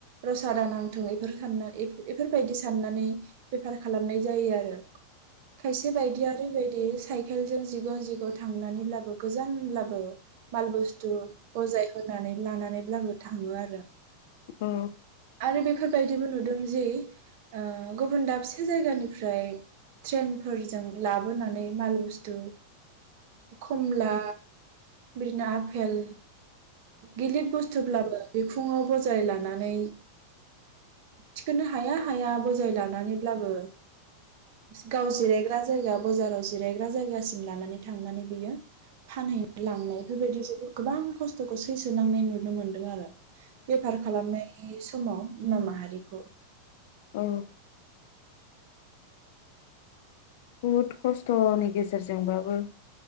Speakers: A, on the right; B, on the left.
A: रसा दानांथों बेफोर साननानै बेफोरबायदि साननानै बेफार खालामनाय जायो आरो खायसे बायदि ओरैबायदि दि साइकेलजों जिग' जिग' थांनानैब्लाबो गोजानब्लाबो माल बस्थु बजाय नानै लानानैब्लाबो थाङो आरो
B: औ
A: आरो बेफोरबायदिबो नुदों जे ओ गुबुन दाबसे जायगानिफ्राय ट्रेनफोरजों लाबोनानै माल बुस्थु खमला बिदिनो‌ आपेल गिलिद बुस्थुब्लाबो बिखुङाव बजाय लानानै थिखोननो हाया हाया बजाय लानानैब्लाबो गाव जिराय जायगा बाजाराव जिरायग्रा जायगासिम लानानै थांनानै बियो फानहै लांनाय बेफोरबायदिसो गोबां खस्थ'खौ सै सोनांनाय नुनो मोन्दों आरो बेफार खालामनाय समाव बिन माहारिखौ
B: औ बहुद खस्थ'नि गेजेरजोंबाबो